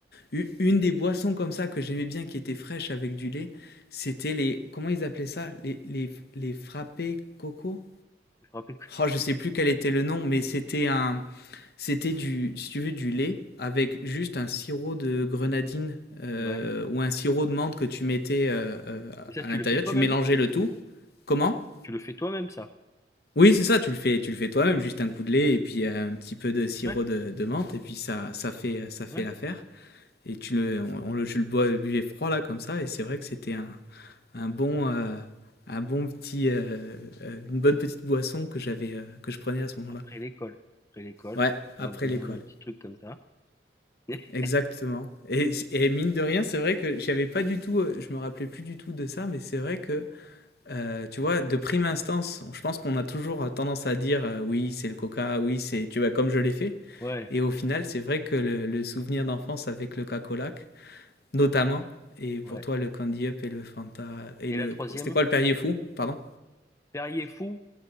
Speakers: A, on the left; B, on the left.
A: U- Une des boissons comme ça que j'aimais bien, qui était fraîche avec du lait, c'était les... Comment ils appelaient ça? Les, les, les frappés coco?
B: Je me rappelle que-
A: Oh, je sais plus quel était le nom, mais c'était un... C'était du, si tu veux, du lait avec juste un sirop de grenadine euh,
B: Ouais.
A: ou un sirop de menthe que tu mettais euh, euh,
B: Mais ça,
A: à
B: tu
A: l'intérieur.
B: le fais toi-même?
A: Tu mélangeais le tout. Comment?
B: Tu le fais toi-même, ça?
A: Oui, c'est ça, tu le fais, tu le fais toi-même, juste un coup de lait et puis euh, un petit peu de sirop
B: Ouais,
A: de, de menthe et puis ça, ça fait, ça fait
B: ouais.
A: l'affaire et tu le, on, on le, je le bois, le buvais froid là comme ça, et c'est vrai que c'était un, un bon, euh, un bon petit, euh, euh, une bonne petite boisson que j'avais, euh, que je prenais à ce moment-là.
B: Après l'école. Après l'école,
A: Ouais,
B: on
A: après
B: a besoin
A: l'école.
B: d'un petit truc comme ça. <laughs>
A: Exactement. Et, et, mine de rien, c'est vrai que j'avais pas du tout, euh, je me rappelais plus du tout de ça, mais c'est vrai que, euh, tu vois, de prime instance, je pense qu'on a toujours euh, tendance à dire, euh, oui, c'est le coca, oui, c'est, tu vois, comme je l'ai fait.
B: Ouais,
A: Et au final, c'est vrai que le, le souvenir d'enfance avec le cacolac, notamment. Et pour
B: ouais.
A: toi, le Candy Up et le Fanta. Et
B: Et
A: le...
B: la troisième,
A: C'était quoi le Perrier Fou Pardon
B: Perrier Fou,